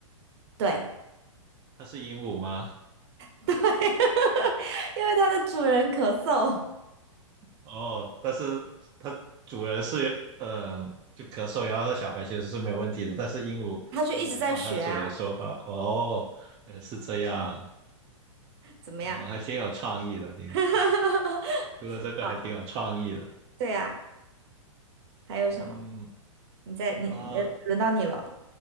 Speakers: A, on the right; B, on the right.
A: 对
B: 它是鹦鹉吗？
A: <laughs> 对，<laughs> 因为它的主人咳嗽，
B: 哦，但是它主人是嗯，呃就咳嗽，然后它小白其实是没有问题的，但是鹦鹉会模仿它主人说话。
A: 它就一直在学啊，
B: 哦，原来是这样，
A: 怎么样？
B: 呃，还挺有创意的，你
A: <laughs>
B: <laughs> 觉得这个还挺有创意的。
A: 好，对啊，还有什么？
B: 嗯
A: 你在你呃轮到你了，
B: 啊，